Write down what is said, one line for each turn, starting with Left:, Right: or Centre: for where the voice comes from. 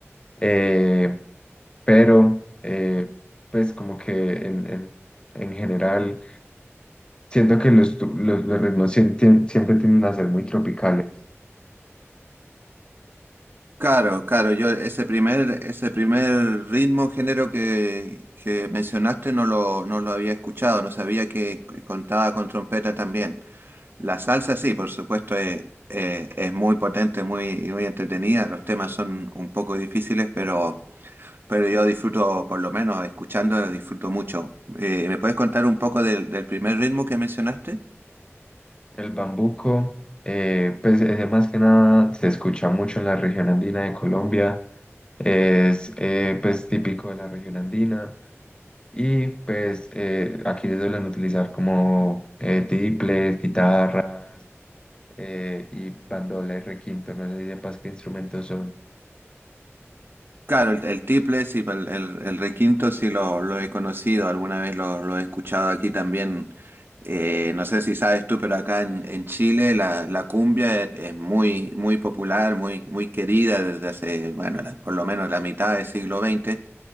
Left: eh, pero eh, pues como que en, en, en general siento que los, tu- los, los ritmos sien- tien- siempre tienden a ser muy tropicales.
Right: Claro, claro, yo ese primer, ese primer ritmo, género que, que mencionaste no lo, no lo había escuchado, no sabía que contaba con trompeta también. La salsa, sí, por supuesto, es, eh, es muy potente, muy, muy entretenida. Los temas son un poco difíciles, pero, pero yo disfruto, por lo menos escuchándolo, disfruto mucho. Eh, ¿me puedes contar un poco del, del primer ritmo que mencionaste?
Left: El bambuco, eh, pues ese más que nada se escucha mucho en la región andina de Colombia Es eh, pues típico de la región andina y pues eh, aquí se suelen utilizar como eh, tiples, guitarras eh, y bandola y requinto, no sé si sepas qué instrumentos son.
Right: Claro, el, el tiple, sí, el, el, el requinto sí lo, lo he conocido, alguna vez lo, lo he escuchado aquí también. Eh, no sé si sabes tú, pero acá en, en Chile la, la cumbia es, es muy, muy popular, muy, muy querida desde hace, bueno, la- por lo menos la mitad del siglo XX.